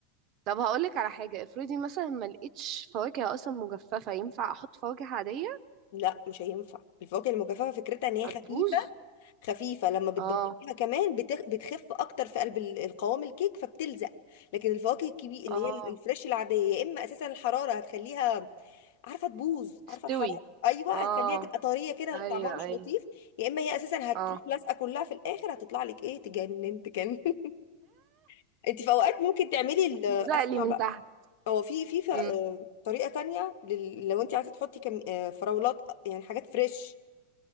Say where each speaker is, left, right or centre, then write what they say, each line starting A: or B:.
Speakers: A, on the right; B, on the left.
A: طب هقولك على حاجة افرضي مثلا ما لقيتش فواكه اصلا مجففة ينفع احط فواكه عادية
B: <laughs> لا مش هينفع الفواكه المجففه فكرتها ان هي
A: هتبوظ
B: خفيفه خفيفه لما بتبططيها
A: اه
B: كمان بتخ... بتخف اكتر في قلب ال- القوام الكيك فبتلزق لكن الفواكه الكبير اللي
A: اه
B: هي الفريش العاديه يا اما اساسا الحراره هتخليها عارفه تبوظ
A: تستوي
B: عارفه الحراره ايوه
A: اه
B: هتخليها تبقى طريه كده
A: ايوه
B: طعمها مش
A: ايوه
B: لطيف يا اما هي اساسا هتروح
A: اه
B: لازقه كلها في الاخر هتطلع لك ايه تجنن تجنن <laughs> انت في اوقات ممكن تعملي ال-
A: زقلي
B: اسمع
A: من
B: بقى
A: تحت
B: هو في في ف- آه،
A: امم
B: طريقة تانية لل... لو انت عايزة تحطي كم... آه، فراولات آه، يعني حاجات فريش